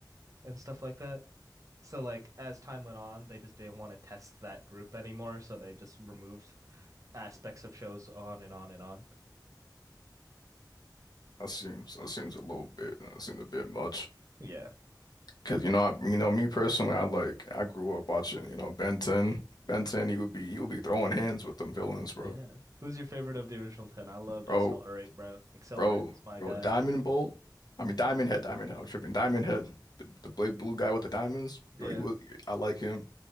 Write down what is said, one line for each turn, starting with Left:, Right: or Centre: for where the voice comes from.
Right: and stuff like that. So like as time went on, they just didn't want to test that group anymore, so they just removed aspects of shows on and on and on.
Left: That seems that seems a little bit that seems a bit much.
Right: Yeah.
Left: Cause you know I, you know me personally, I like I grew up watching, you know, Ben 10. Ben 10, he would be he would be throwing hands with them villains, bro.
Right: Yeah. Who's your favorite of the original 10? I loved
Left: Bro,
Right: Accelerate, bro. Accelerate
Left: bro,
Right: was my
Left: bro,
Right: guy.
Left: Diamond Bolt. I mean Diamond Head, Diamond Head, I'm tripping. Diamond Head, the, the big blue guy with the diamonds, bro,
Right: Yeah.
Left: he was I like him.